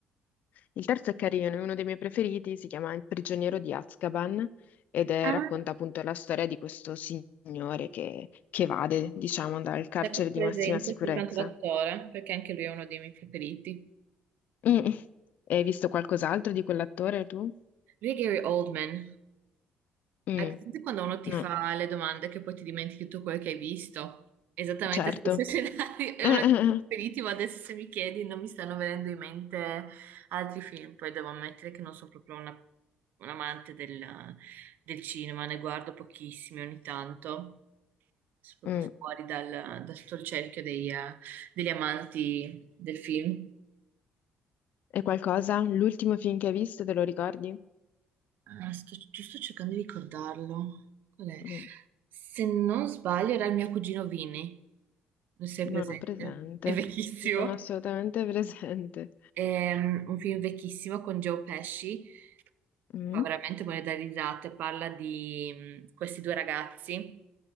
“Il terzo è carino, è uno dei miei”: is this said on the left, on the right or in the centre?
Left